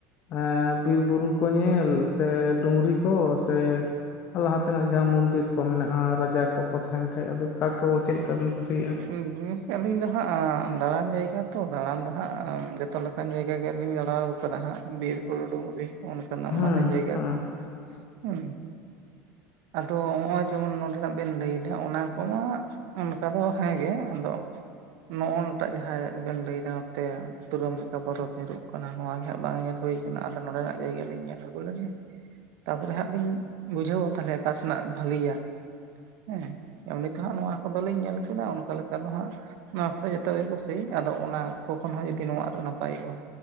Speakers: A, on the left (about 40°); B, on the right (about 60°).
A: ᱮᱸ ᱵᱤᱨ ᱵᱩᱨᱩ ᱠᱚ ᱧᱮᱞ᱾ ᱥᱮ ᱰᱩᱝᱨᱤ ᱠᱚ ᱥᱮ ᱞᱟᱦᱟ ᱛᱮᱱᱟᱜ ᱡᱟᱦᱟᱸ ᱢᱚᱱᱫᱤᱨ ᱠᱚ ᱢᱮᱱᱟᱜᱼᱟ᱾ ᱨᱟᱡᱟ ᱠᱚᱠᱚ ᱛᱟᱦᱮᱱ ᱛᱟᱦᱮᱸᱫ, ᱟᱫᱚ ᱚᱠᱟ ᱠᱚ ᱪᱮᱫ ᱞᱮᱠᱟ ᱵᱤᱱ ᱠᱩᱥᱤᱭᱟᱜᱼᱟ?
B: <unintelligible> ᱟᱹᱞᱤᱧ ᱫᱚ ᱦᱟᱸᱜ᱾ ᱫᱟᱬᱟᱱ ᱡᱟᱭᱜᱟ ᱛᱚ ᱫᱟᱬᱟᱱ ᱫᱚ ᱦᱟᱸᱜ ᱡᱚᱛᱚ ᱞᱮᱠᱟ ᱚᱱᱠᱟᱱ ᱡᱟᱭᱜᱟ ᱜᱮᱞᱤᱧ ᱞᱟᱲᱟ ᱠᱟᱫᱟ ᱦᱟᱸᱜ᱾ ᱵᱤᱨ ᱵᱩᱨᱩ, ᱰᱩᱝᱨᱤ ᱚᱱᱠᱟ ᱱᱟᱜ
A: ᱦᱮᱸ
B: ᱢᱟᱨᱟᱝ ᱡᱟᱭᱜᱟ
A: ᱦᱮᱸ
B: ᱠᱚ ᱦᱟᱸᱜ।
A: ᱦᱮᱸ
B: ᱦᱮᱸ <unintelligible> ᱟᱫᱚ ᱦᱚᱸᱜᱼᱚᱭ ᱡᱮᱢᱚᱱ ᱱᱚᱰᱮ ᱱᱟᱜ ᱵᱮᱱ ᱞᱟᱹᱭ ᱮᱫᱟ᱾ ᱚᱱᱟ ᱠᱚᱢᱟ ᱚᱱᱠᱟ ᱫᱚ ᱦᱮᱸᱜᱮ, ᱟᱫᱚ ᱱᱚᱜᱼᱚᱭ ᱴᱟᱜ ᱡᱟᱦᱟᱸ ᱵᱮᱱ ᱞᱟᱹᱭ ᱮᱫᱟ, ᱱᱚᱛᱮ ᱛᱩᱞᱟᱹᱢ ᱞᱮᱠᱟ ᱵᱚᱨᱚᱯᱷ ᱧᱩᱨᱩᱜ ᱠᱟᱱᱟ᱾ ᱱᱚᱣᱟ ᱜᱮ ᱦᱟᱸᱜ ᱵᱟᱝ ᱧᱮᱞ ᱦᱩᱭ ᱟᱠᱟᱱᱟ᱾ ᱟᱫᱚ ᱱᱚᱰᱮᱱᱟᱜ ᱡᱟᱭᱜᱟ ᱞᱤᱧ ᱧᱮᱞ ᱟᱹᱜᱩ ᱞᱮᱜᱮ᱾ ᱛᱟᱯᱚᱨᱮ ᱦᱟᱸᱜ ᱞᱤᱧ ᱵᱩᱡᱷᱟᱹᱣᱟ, ᱛᱟᱦᱚᱞᱮ ᱚᱠᱟ ᱥᱮᱱᱟᱜ ᱵᱟᱹᱞᱮᱭᱟ᱾ ᱦᱮᱸ ᱮᱢᱱᱤ ᱛᱮᱦᱟᱸᱜ ᱱᱚᱣᱟ ᱠᱚᱫᱚᱞᱤᱧ ᱧᱮᱞ ᱠᱮᱫᱟ᱾ ᱚᱱᱠᱟ ᱞᱮᱠᱟ ᱫᱚ ᱦᱟᱸᱜ ᱱᱚᱣᱟ ᱠᱚᱫᱚ ᱡᱚᱛᱚ ᱜᱮ ᱠᱩᱥᱤ, ᱟᱫᱚ ᱚᱱᱟ ᱠᱚ ᱠᱷᱚᱱ ᱦᱚᱸ ᱡᱩᱫᱤ ᱱᱚᱣᱟ ᱱᱟᱯᱟᱭᱚᱜᱼᱟ᱾